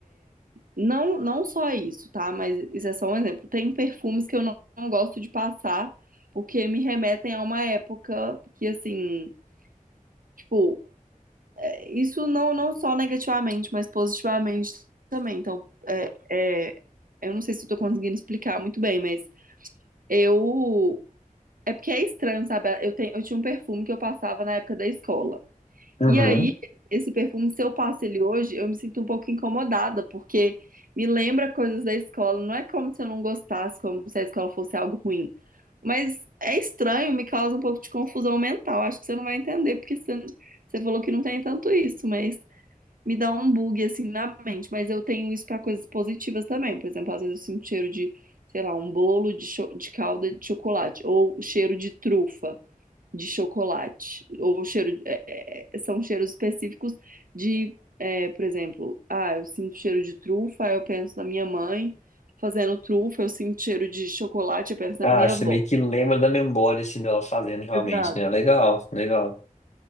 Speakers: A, on the right; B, on the left.
A: Não, não só isso, tá? Mas isso é só um exemplo. Tem perfumes que eu não, não gosto de passar porque me remetem a uma época que, assim, tipo, é, isso não, não só negativamente, mas positivamente também. Então, é, é, eu não sei se eu tô conseguindo explicar muito bem, mas eu. É porque é estranho, sabe? Eu, tenho, eu tinha um perfume que eu passava na época da escola.
B: Uhum.
A: E aí, esse perfume, se eu passo ele hoje, eu me sinto um pouco incomodada, porque me lembra coisas da escola. Não é como se eu não gostasse, como se a escola fosse algo ruim. Mas é estranho, me causa um pouco de confusão mental. Acho que você não vai entender, porque você, você falou que não tem tanto isso, mas me dá um bug assim na mente. Mas eu tenho isso para coisas positivas também. Por exemplo, às vezes eu sinto cheiro de, sei lá, um bolo de, cho- de calda de chocolate, ou o cheiro de trufa de chocolate. Ou cheiro, é, é, é, são cheiros específicos de, é, por exemplo, ah, eu sinto cheiro de trufa, aí eu penso na minha mãe fazendo trufa, eu sinto cheiro de chocolate, eu penso
B: Ah,
A: na minha
B: você
A: avó.
B: meio que lembra da memória, assim, dela fazendo realmente,
A: Exato.
B: né? Legal, legal.